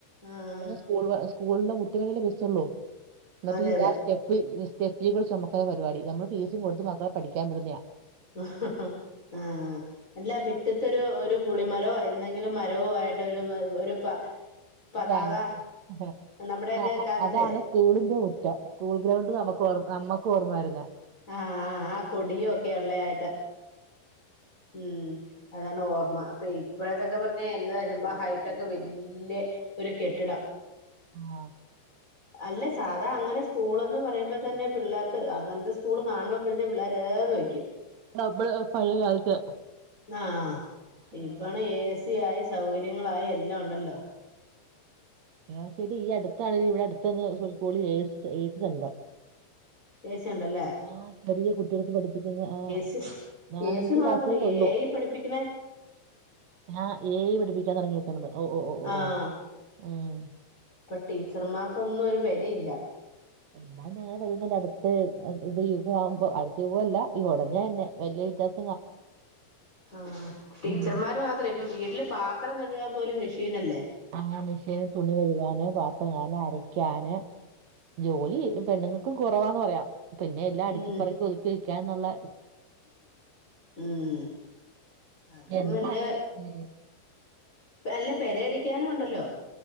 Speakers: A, on the left; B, on the right.
A: ആഹ്
B: സ്കൂ സ്കൂളെ മുറ്റുവലൽ ബസ്സള്ളൂ എന്നിട്ട്
A: അതെ
B: ഇ
A: അതെ
B: സ്റ്റെഫിയെ കുറി ചുമക്ക പപാടി നമ്മ ഫീസും കൊടുത്തും മക്കെ പഠിക്കാൻ പടുന്നതാ
A: ആഹ് ആഹ് അല്ല പിറ്റത്തരു ഒരു പുളിമരമോ എന്തെങ്കിലും മരവോ ആയിട്ടൊ ഒരു ഒരു പതാക
B: അത അതെ
A: നമ്മുടെയൊക്കെ
B: ആ
A: കാലത്ത്
B: അതാണ് സ്കൂളിന്റെ മുറ്റം സ്കൂൾ ഗ്രൗണ്ട് നമുക്ക് ഓർ നമ്മക്ക് ഓർമ്മരുന്ന
A: ആഹ ആ ആ കൊടിയും ഒക്കെ ഉള്ള ആായിട്ട് ഉം അതാണ് ഓർമ്മ അപ്പൊ ഇപ്പോഴതൊക്കെ പറഞ്ഞ എ്റെ നജമ്മ ഹൈടെക്ക് വല്യ ഒരു കെട്ടിടം
B: ആഹ
A: അല്ലെ സാധാ അങ്ങനെ സ്കൂൾന്ന് പറയുമ്പോ തന്നെ പിള്ളേർക്ക് അങ്ങനത്തെ സ്കൂള് കാണുമ്പപ്പോഴത്തെേ പിള്ളേർന്ന് വയ്ക്കും
B: നമ്മള് പഴയ കാലത്ത്
A: ആഹ
B: ആഹ്
A: ഇപണ ഏ സ ആായി സൗകര്യങ്ങളായി എല്ലാം ഉണ്ടല്ലോ
B: ആം ശരി ഈ അടുത്താണെ ഇവിടെ അടുത്തന്ന്ള ഏ കതം
A: പേസി സുണ്ടല്ലേ
B: ആ ചെറിയ കുട്ടികൾക്ക് പഠിപ്പിക്കുന്ന ആ
A: സി
B: നാലഞ്ച്
A: എ സി മാത്രം
B: ക്ലാസ് വരെ ഉള്ളു
A: എ ഐ പഠിപ്പിക്കണേ
B: ആ ഏ പഠിപ്പിക്കാൻ തുടങ്ങിയിരിക്കുന്നത് ഓ ഓ
A: ആഹ്
B: ഓ ഉം
A: ഇപ്പൊ ടീച്ചർമാർക്കൊന്നും ഒരു വിലയില്ല
B: എല്ലാം ഞങ്ങനെ വുന്നണ്ട് അടുത്ത് ഇത് യുഗംമാവുമ്പോ അടുത്ത യുഗമല്ല ഈ ഉടനെ തന്നെ വലിയ വിത്ം
A: ആ ടീച്ചർമാര്
B: ഉം
A: മാത്രേ അപ്പൊ വീട്ടില് പാത്രം കഴുകാൻ പോലും മെഷീനല്ലേ
B: ആ ആ മെഷീന് തുണി വരുവാന് പാത്തങ്ങാന് അരക്കാന് ജോലി പെണ്ണുങ്ങൾക്ക് കുറവാന്ന് പറയാം പിന്നെ എല്ലാം അടുക്കിപ്പറക്കി
A: ഉം
B: ഒതുക്കിയിിക്കാ എന്നുള്ള
A: ഉം അതന്നല്ല
B: എന്താണെങ്കിലും ഉം
A: അല്ല പെരയടിക്കാനും ഉണ്ടല്ലോ